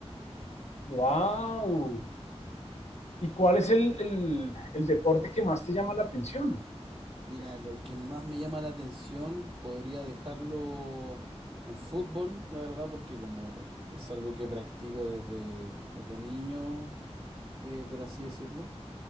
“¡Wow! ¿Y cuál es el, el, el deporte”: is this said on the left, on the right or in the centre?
Left